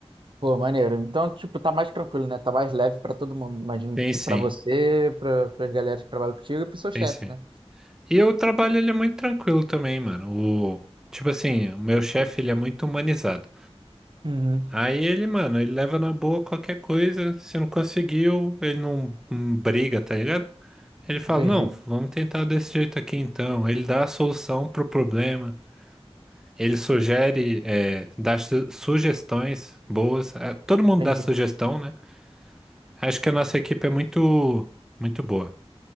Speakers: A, on the right; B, in the centre.
A: Pô, maneiro. Então, tipo, tá mais tranquilo, né? Tá mais leve para todo mundo. Imagino
B: Sim,
A: que
B: sim,
A: pra você, para as galera que trabalham contigo e pro seu chefe,
B: sim, sim.
A: né?
B: E o trabalho ele é muito tranquilo também, mano. O, tipo assim, o meu chefe ele é muito humanizado.
A: Uhum.
B: Aí ele, mano, ele leva na boa qualquer coisa. Se não conseguiu, ele não, não briga, tá ligado? Ele fala,
A: Entendi,
B: não, vamos tentar desse jeito aqui então. Ele dá a solução pro problema. Ele sugere, é, dá su- sugestões boas. É, Todo mundo
A: entendi.
B: dá sugestão, né? Acho que a nossa equipe é muito, muito boa.